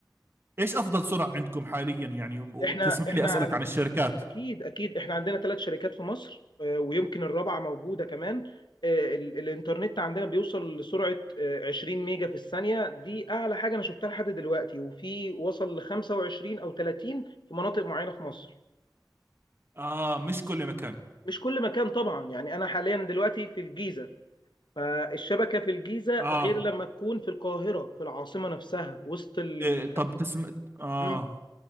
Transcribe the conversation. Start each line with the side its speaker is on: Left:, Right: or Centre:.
Right: ايش افضل سرعه عندكم حاليا يعني وتسمح
Left: احنا احنا
Right: لي اسالك
Left: عن
Right: عن الشركات
Left: اكيد اكيد احنا عندنا ثلاث شركات في مصر آه، ويمكن الرابعه موجوده كمان آه، ال- الانترنت عندنا بيوصل لسرعه آه، 20 ميجا في الثانيه دي اعلى حاجه انا شفتها لحد دلوقتي وفي وصل ل 25 او 30 في مناطق معينه في مصر
Right: اه مش كل مكان
Left: مش كل مكان طبعا يعني انا حاليا دلوقتي في الجيزه فالشبكة في الجيزة
Right: اه
Left: غير لما تكون في القاهرة في العاصمة نفسها وسط ال
Right: إيه طب تسم... اه
Left: مم،